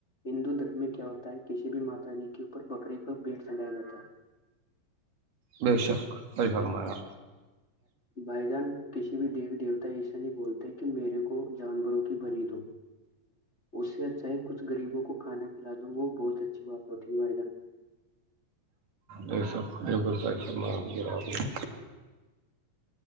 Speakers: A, on the left; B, on the right.
A: ہندو دھرم میں کیا ہوتا ہے کسی بھی ماتا جی کے اوپر بکرے کا بھیٹ چھایا جاتا ہے
B: بے شک پی فرمایا
A: بھائی جان کسی بھی دیوی دیوتا ایسا نہیں بولتے کہ میرے کو جانوروں کی بلی دو
B: <inaudible>
A: اس سے اچھا ہے کچھ غریبوں کو کانا کھلا دوں وہ بہت اچھی بات ہوتی ہے مدہ
B: یہ سب جو بول رہے ہیں وہ راضی ہے